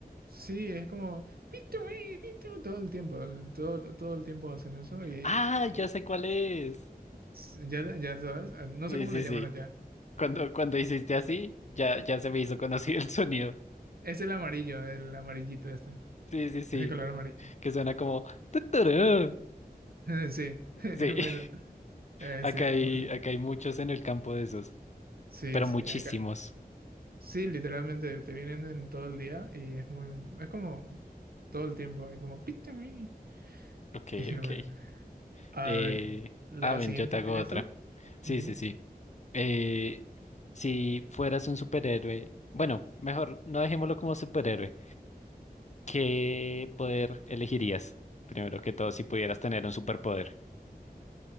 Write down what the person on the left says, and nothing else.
Ah,
ya sé cuál es.
Sí,
sí,
sí.
Cuando, cuando hiciste así, ya, ya se me hizo conocido el sonido.
Sí, sí, sí.
Que suena como... "Tuturú".
Sí. <laughs>
Acá hay,
acá hay muchos en el campo de esos.
pero
muchísimos.
Ok,
ok.
Eh,
ah, ven,
yo te hago
otra.
Sí,
sí, sí. Eh, si fueras un superhéroe, bueno, mejor no dejémoslo como superhéroe. ¿Qué poder elegirías? Primero que todo, si pudieras tener un superpoder.